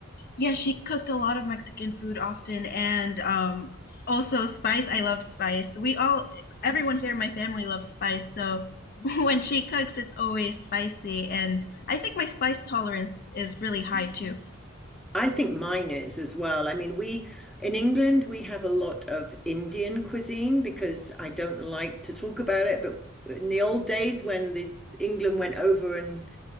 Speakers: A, on the left; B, in the centre.
A: Yeah, she cooked a lot of Mexican food often, and um, also spice. I love spice. We all, everyone here in my family loves spice. So <laughs> when she cooks, it's always spicy. And I think my spice tolerance is really high too.
B: I think mine is as well. I mean, we in England we have a lot of Indian cuisine because I don't like to talk about it, but in the old days when the England went over and